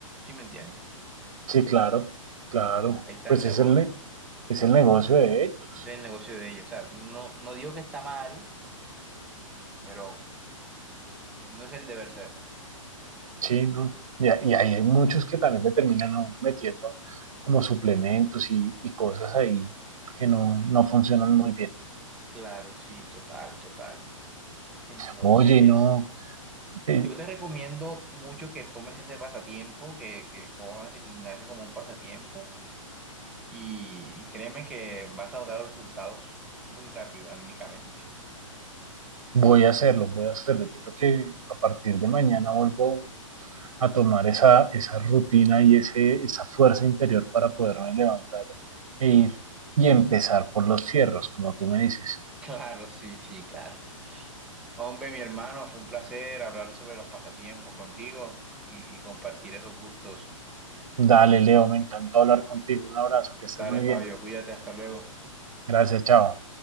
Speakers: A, in the centre; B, on the right.
A: ¿Sí me entiendes?
B: Sí, claro, claro,
A: Ahí está
B: pues
A: el negocio.
B: es el, ne- es el negocio de ellos.
A: Ese es el negocio de ellos. O sea, no, no digo que está mal, pero no es el deber ser.
B: Sí, ¿no? Y, a- y ahí hay muchos que también le terminan a uno metiendo como suplementos y, y cosas ahí que no, no funcionan muy bien.
A: Claro, sí, total, total. Entonces,
B: Oye, no, eh,
A: yo te recomiendo mucho que tomes ese pasatiempo, que, que cojas el gimnasio como un pasatiempo y, y créeme que vas a notar los resultados muy rápido, anímicamente. <laughs>
B: voy a hacerlo, voy a hacerlo. Yo creo que a partir de mañana vuelvo a tomar esa, esa rutina y ese, esa fuerza interior para poderme levantar e ir y empezar por los cierros, como tú me dices.
A: Claro, sí, sí, claro. Hombre, mi hermano, fue un placer hablar sobre los pasatiempos contigo y, y compartir esos gustos.
B: Dale, Leo, me encantó hablar contigo. Un abrazo, que estés
A: Dale,
B: muy bien.
A: Fabio, cuídate, hasta luego.
B: Gracias, chao.